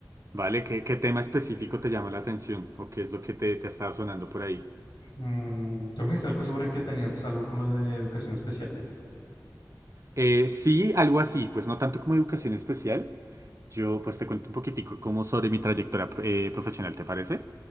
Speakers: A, on the right; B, on the left.
A: Vale, ¿qué, qué tema específico te llama la atención o qué es lo que te, te estaba sonando por ahí?
B: Mm, tú me dijiste algo sobre que tenías algo con lo de educación especial.
A: Eh, sí, algo así, pues no tanto como educación especial. Yo pues te cuento un poquitico como sobre mi trayectoria pro- eh, profesional, ¿te parece?